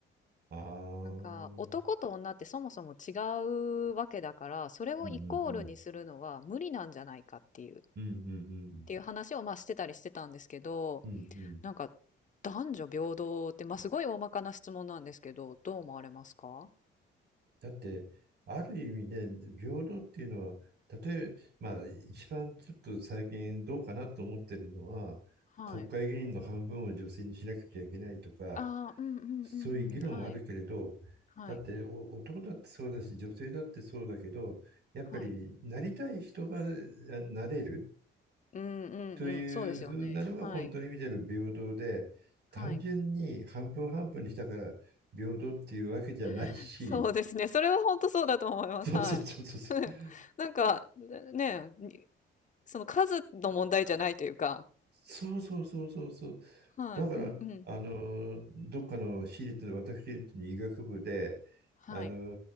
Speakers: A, on the right; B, on the left.
A: ああ。うん
B: なんか男と女ってそもそも違うわけだからそれをイコールにするのは無理なんじゃないかっていうっ
A: うんうん。うんうんうん。
B: ていう話をまあしてたりしてたんですけど、
A: うんうん。
B: なんか男女平等ってまあすごい大まかな質問なんですけど、どう思われますか
A: だって、ある意味で平等っていうのは、例えば、まあ、一番ちょっと最近どうかなと思ってるのは、
B: はい。
A: 国会議員の半分を女性にしなきゃいけないとか、
B: ああ、うんうんうんうん。
A: そういう議論はあるけれど、
B: はい、はい、
A: だってお男だってそうだし、女性だってそうだけど、やっぱりなりたい人があ
B: はい。
A: なれる。
B: うんうんうん。
A: というふうなのが本当に意味での平等で、
B: そうですよね。はい、
A: 単純に半分半分にしたから平等っていうわけじゃないし、
B: はい。<laughs> そうですね。それは本当そうだと思います。
A: そうそうそうそうそう。
B: はい。<laughs> なんか、ねね、にその数の問題じゃないというか。
A: そうそうそうそうそう。
B: はい。
A: だから、
B: うんうん。
A: あの、どっかの私立の、私立の医学部で、
B: はい。
A: あの、